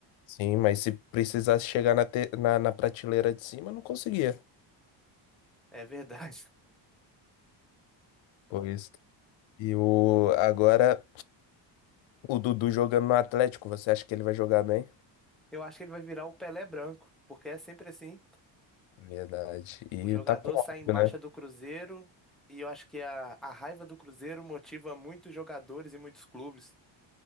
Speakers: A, on the left; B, in the centre.
A: Sim, mas se precisasse chegar na, te- na, na prateleira de cima, não conseguia.
B: É verdade.
A: Pois. E o, agora, o Dudu jogando no Atlético, você acha que ele vai jogar bem?
B: Eu acho que ele vai virar o Pelé branco, porque é sempre assim.
A: Verdade. E
B: O jogador
A: tá com ódio,
B: sai em baixa
A: né?
B: do Cruzeiro e eu acho que a, a raiva do Cruzeiro motiva muitos jogadores e muitos clubes.